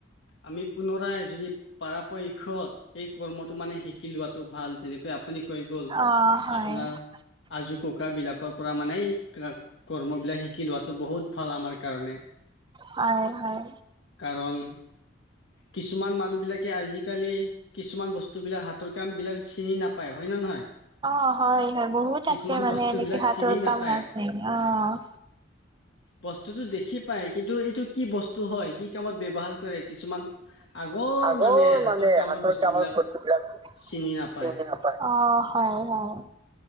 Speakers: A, on the left (about 60°); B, on the right (about 25°).
A: আমি পুনৰাই যদি পৰাপক্ষত সেই কৰ্মটো মানে শিকি লোৱাটো ভাল যেনেকৈ আপুনি কৈ গ'ল।
B: অ',
A: আপুনি
B: <unintelligible>
A: আজোকোক কোকাবিলাকৰ পৰা মানে কৰ্মবিলাক শিকি লোৱাটো বহুত ভাল আমাৰ কাৰণে।
B: হয়, হয়,
A: কাৰণ কিছুমান মানুহ বিলাকে আজি আজিকালি কিছুমান বস্তুবিলাক হাতৰ কামবিলাক চিনি নাপায় হয়নে নহয়।
B: অ' হয়, হয়, বহুত
A: কিছুমান
B: আছে মানে
A: বস্তু
B: এনেকে
A: বিলাক
B: হাতৰ
A: চিনি
B: কাম
A: নাপায়
B: নাজানে অ'।
A: বস্তুতটো দেখি পায়, কিন্তু এইটো কি বস্তু হয়, কি কামত ব্যৱহাৰ কৰে কিছুমান আগৰ
B: আগৰ
A: হাতৰ
B: মানে
A: কামৰ
B: হাতৰকে
A: বস্তু
B: আমাৰ
A: বিলাক
B: বস্তু বিলাক অ,
A: চিনি নাপায়
B: হয়, হয়।